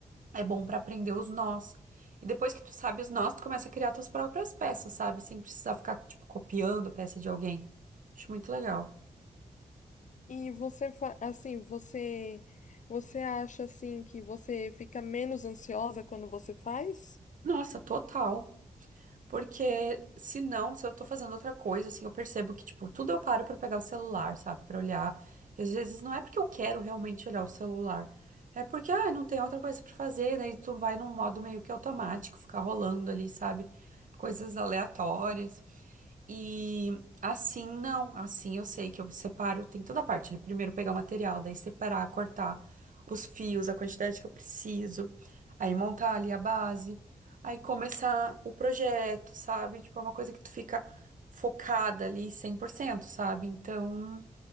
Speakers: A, on the right (about 60°); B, on the left (about 55°).
A: É bom pra aprender os nós. E depois que tu sabe os nós, tu começa a criar tuas próprias peças, sabe? Sem precisar ficar, tipo, copiando a peça de alguém. Acho muito legal.
B: E você, fa- assim, você, você acha, assim, que você fica menos ansiosa quando você faz?
A: Nossa, total. Porque se não, se eu tô fazendo outra coisa, assim, eu percebo que, tipo, tudo eu paro pra pegar o celular, sabe? Pra olhar. E às vezes não é porque eu quero realmente olhar o celular. É porque, ah, não tem outra coisa pra fazer, daí tu vai num modo meio que automático, ficar rolando ali, sabe? Coisas aleatórias. E assim não, assim eu sei que eu separo, tem toda a parte, né? Primeiro pegar o material, daí separar, cortar os fios, a quantidade que eu preciso, aí montar ali a base, aí começar o projeto, sabe? Tipo, é uma coisa que tu fica focada ali cem por cento sabe? Então,